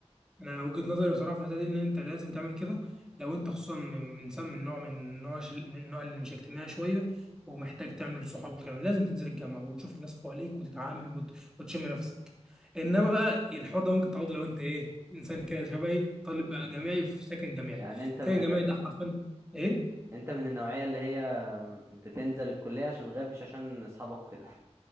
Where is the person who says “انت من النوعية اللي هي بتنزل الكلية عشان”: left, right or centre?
Right